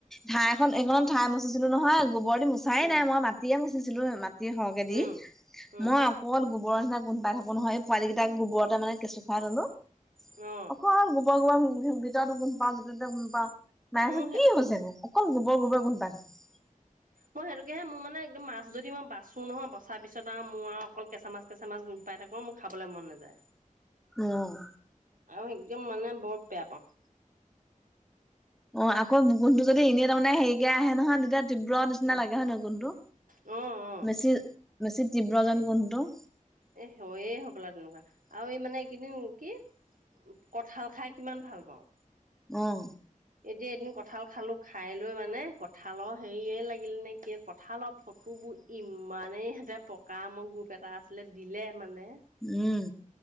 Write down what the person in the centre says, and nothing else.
ঠাই এখন এইখন ঠাই মচিছিলো নহয় গোবৰ দি মোচ- চাই
নাই মই মাটিয়ে মুচিছিলো মাটি সৰহকে দি।
মই- অকল গোবৰ নিছিনা গোন্ধ পাই থাকো নহয় এই পোৱালী গিতাক গোবৰতে মানে কেঁচু খোৱাই ললো।
অকল গোবৰ গোবৰ ভিতৰতো গোন্ধ পাওঁ যতে ততে গোন্ধ পাওঁ। মায়ে
কৈছে
কি হৈছেনো? অকল গোবৰ গোবৰ গোন্ধ পাই থাকো।
অঁ'
অঁ আকৌ গোন্ধটো যদি এনেই তাৰমানে হেৰিকে আহে নহয় তেতিয়া- তীব্ৰ নিচিনা
লাগে হয় নহয় গোন্ধটো?
বেছি বেছি তীব্ৰজেন গোন্ধটো।
অঁ।
উম